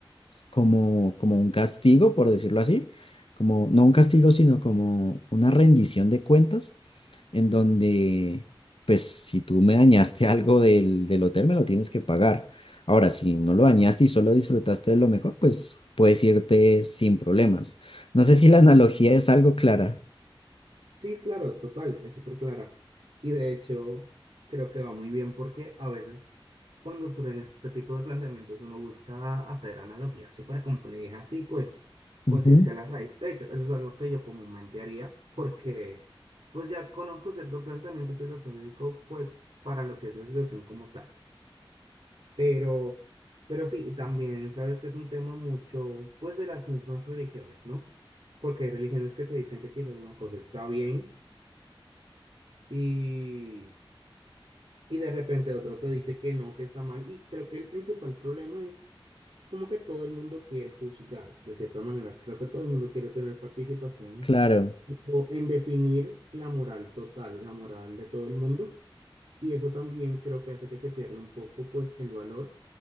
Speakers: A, on the left; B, on the right.
A: como, como un castigo, por decirlo así, como no un castigo, sino como una rendición de cuentas, en donde, pues, si tú me dañaste <laughs> algo del, del hotel, me lo tienes que pagar. Ahora, si no lo dañaste y solo disfrutaste de lo mejor, pues puedes irte sin problemas. No sé si la analogía es algo clara.
B: Sí, claro, total, es súper clara. Y de hecho, creo que va muy bien porque a veces cuando surgen este tipo de planteamientos uno busca hacer analogías súper complejas y pues,
A: Ujú,
B: pues irse a la raíz. De hecho, eso es algo que yo comúnmente haría porque pues ya conozco cierto planteamiento filosófico pues para lo que es la situación como tal. Pero, pero sí, y también sabes que es un tema mucho pues de las mismas religiones, ¿no? Porque hay religiones que te dicen que quizás una cosa está bien y, y de repente otro te dice que no, que está mal. Y creo que el principal problema es como que todo el mundo quiere juzgar, de cierta manera. Creo que todo el mundo quiere tener participación
A: Claro,
B: tipo, en definir la moral total, la moral de todo el mundo. Y eso también creo que hace que se pierda un poco pues el valor